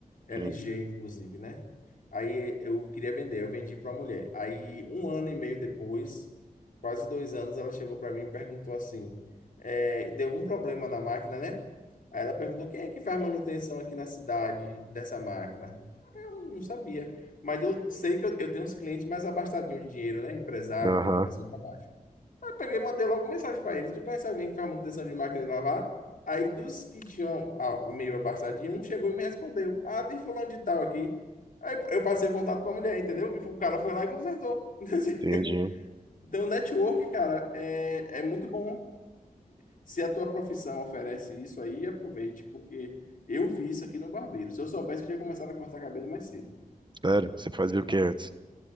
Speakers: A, on the left; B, on the right.
A: LG
B: Hum,
A: inclusive, né? Aí eh, eu queria vender, eu vendi para uma mulher. Aí um ano e meio depois, quase dois anos, ela chegou para mim e perguntou assim, eh, deu algum problema na máquina, né? Aí ela perguntou quem é que faz manutenção aqui na cidade dessa máquina. Eu não sabia, mas eu sei que eu, eu tenho uns clientes mais abastadinhos de dinheiro, né? Empresário
B: Aham,
A: que anda para cima e para baixo. Eu peguei e mandei logo mensagem para ele. Tu conhece alguém que faz manutenção de máquina de lavar? Aí dos que tinham ah, meio abastadinho, um chegou e me respondeu. Ah, tem fulano de tal aqui. Aí eu passei o contato para a mulher, entendeu? E o cara foi lá e consertou. <laughs>
B: entendi.
A: Então, network, cara, é, é muito bom. Se a tua profissão oferece isso aí, aproveite, porque eu vi isso aqui no barbeiro. Se eu soubesse, eu tinha começado a cortar cabelo mais cedo.
B: Sério, você fazia o que antes?